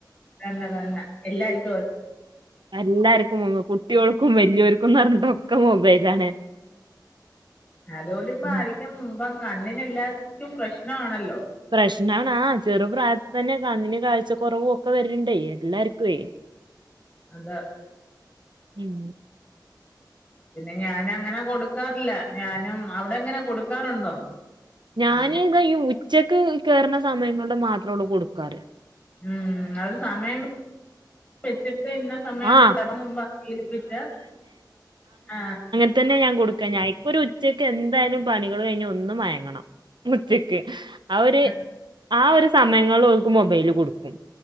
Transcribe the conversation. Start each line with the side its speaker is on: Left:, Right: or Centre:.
Left: തന്ന തന്നെ എല്ലാര്ക്കും.
Right: എല്ലാര്ക്കും കുട്ട്യാ ൾക്കും വല്യ യോര്ക്കും ന്നർഞ്ഞിട്ടൊക്കെ മൊബൈലാണ്.
Left: അധോണ്ട്പ്പറിം.
Right: ഉം.
Left: ക്കും മുബം കണ്ണിനെല്ലാർക്കും പ്രശ്നാണല്ലോ.
Right: പ്രശ്നാണാ ആഹ് ചെറു പ്രായത്തിൽതന്നെ കണ്ണിന് കാഴ്ച കൊറവെക്കെ വരുണ്ടൈ എല്ലാര്ക്കേയ്.
Left: അതെ
Right: ഉം
Left: പിന്നെ ഞാനങ്ങന കൊടുക്കാറില്ല ഞാനും അവിടെ എങ്ങനെ കൊടുക്കാറുണ്ടോ?
Right: ഞാനിതാ
Left: ആ പിന്നെ
Right: ഈ ഉച്ചെക്ക് കേറ്ണ സമയങ്ങേണ്ട് മാത്രേള്ളൂ കൊടുക്കാറ്.
Left: ഉം ആ ഒര് സമയം വെച്ചിട്ട് ഇന്ന സമയത്ത്
Right: ആഹ്
Left: കേറന്ന് ശീലി പ്പിച്ച് ആഹ്.
Right: അതന്നെ ഞാകൊടുക്കാ ഞാ ഇപ്പൊരുച്ചയ്ക്ക് എന്തായാലും പണികള് കയിഞ്ഞൊന്ന് മയങ്ങണം ഉച്ചക്ക് അഒരു
Left: ആ
Right: ആ ഒരു സമയങ്ങളിലോൽക്ക് മൊബൈല് കൊടുക്കും